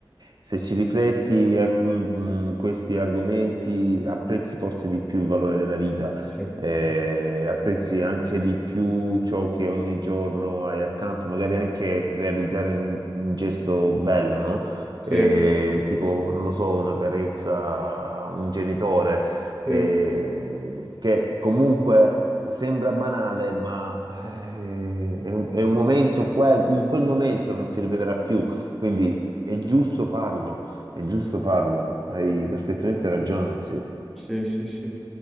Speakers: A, on the right (about 55°); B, in the centre.
A: se ci rifletti, eh, mm, mm, questi argomenti apprezzi forse di più il valore della vita,
B: Sì,
A: eh, apprezzi anche di più ciò che ogni giorno hai accanto, magari anche realizzare un, un gesto bello, no?
B: sì,
A: Eh, tipo, non lo so, una carezza a un genitore eh,
B: sì,
A: che comunque sembra banale, ma eh, è un, è un momento, quel- in quel momento non si ripeterà più, quindi è giusto farlo, è giusto farlo, hai perfettamente ragione, sì.
B: sì, sì, sì.